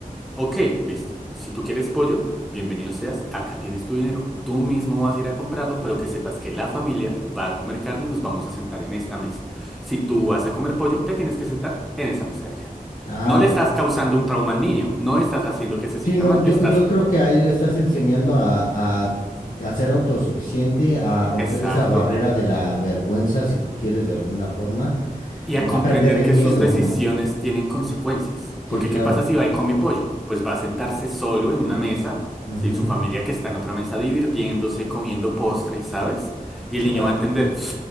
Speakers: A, in the centre; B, on the left.
A: Ok, listo. Si tú quieres pollo, bienvenido seas, acá tienes tu dinero, tú mismo vas a ir a comprarlo, pero que sepas que la familia va a comer carne y nos vamos a sentar en esta mesa. Si tú vas a comer pollo, te tienes que sentar en esa mesa de allá.
B: Ah,
A: No le
B: ok.
A: estás causando un trauma al niño, no estás haciendo que se sienta
B: Sí, no,
A: mal,
B: yo,
A: le estás...
B: yo creo que ahí le estás enseñando a, a, a ser autosuficiente, a romper
A: Exacto.
B: esa barrera de la vergüenza, si tú quieres, de alguna forma,
A: Y a
B: de-
A: comprender
B: a perder el
A: que
B: miedo,
A: sus decisiones
B: ¿no?
A: tienen consecuencias.
B: Sí,
A: Porque
B: claro.
A: ¿qué pasa si va y come pollo? Pues va a sentarse solo en una mesa,
B: Ujú,
A: sin su familia que está en otra mesa divirtiéndose, comiendo postre, ¿sabes? Y el
B: Claro,
A: niño va a entender,